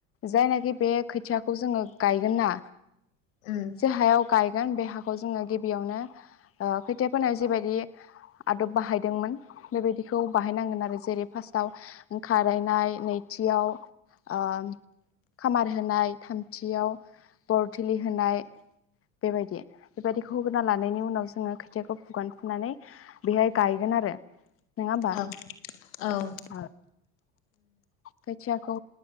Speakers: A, on the left; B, on the left.
A: जायनाखि बे खोथियाखौ जोङो गायगोनना
B: औ
A: जे हायाव गायगोन बे हाखौ जोङो गिबियावनो ओ खोथिया फोनायाव जिबायदि आदब बाहायदोंमोन बेबायदिखौ बाहायनांगोन आरो जेरै फार्स्टआव ओं खारायनाय, नैथियाव ओ खामार होनाय, थामथियाव बरथिलि होनाय बेबायदि। बेबायदिखौ होग्रोना लानायनि उनाव जोङो खोथियाखौ फुगोन फुनानै बेहाय गायगोन आरो। नङा होमबा
B: औ औ
A: ओ खोथियाखौ